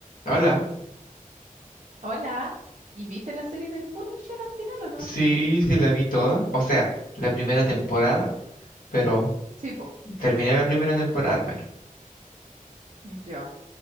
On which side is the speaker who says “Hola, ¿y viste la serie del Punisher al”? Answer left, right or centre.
Right